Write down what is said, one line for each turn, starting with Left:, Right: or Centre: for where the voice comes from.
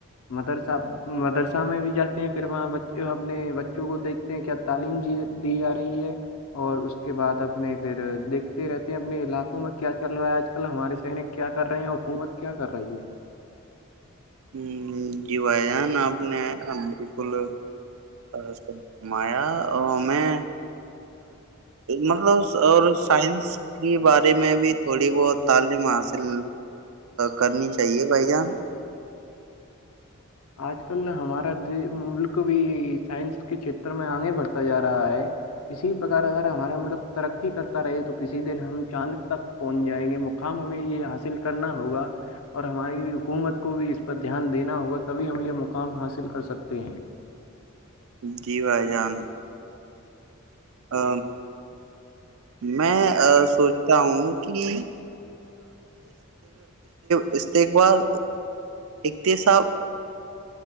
Left: مدرسہ مدرسہ میں بھی جاتے ہیں پھر وہاں اپنے بچوں کو دیکھتے ہیں کیا تعلیم جی دی جا رہی ہے اور اس کے بعد اب اپنے پھر دیکھتے رہتے ہیں اپنے علاقوں میں کیا چل رہا ہے آج کل ہمارے سینک کیا کر رہے ہیں حکومت کیا کر رہی ہے
Right: ہ جی بھائی جان آپ نے بالکل اچ <unintelligible> ہمایا ہمیں مطلب اور سائنس کی بارے میں بھی تھوڑی بہت تعلیم حاصل کرنی چاہیے بھائی جان
Left: آج کل ہمارا ملک بھی سائنس کے چھیتر میں آگے بڑھتا جا رہا ہے اسی پرکار اگر ہمارا ملک ترقی کرتا رہے تو کسی دن ہم چاند تک پہنچ جائیں گے مقام ہمیں یہ حاصل کرنا ہوگا اور ہماری حکومت کو بھی اس پر دھیان دینا ہوگا تبھی ہم یہ مقام حاصل کر سکتے ہیں
Right: جی بھائی جان ا میں سوچتا ہوں کہ استقبال اتصاح